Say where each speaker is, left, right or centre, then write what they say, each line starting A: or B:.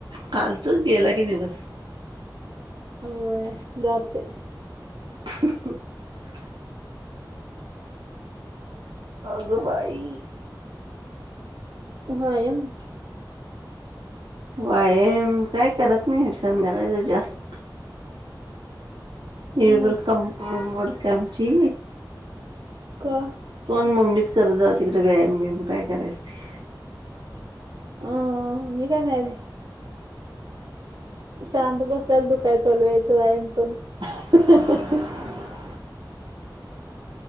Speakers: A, on the right; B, on the right.
A: कालचं, गेला की दिवस.
B: होय, जातोय.
A: <unintelligible> अगं बाई!
B: <unintelligible>
A: वायम, काय करत नाही संध्याकाळचं जास्त ईळबर
B: अ
A: कंबर मोडती आमची
B: का?
A: पण मम्मीच करत जाऊ तिकडें व्यायाम-बियाम काय करायचं ते.
B: अ, मी काय नायले शांत बसल्याल दुकाय चलू वायचं वायाम करून.
A: <unintelligible>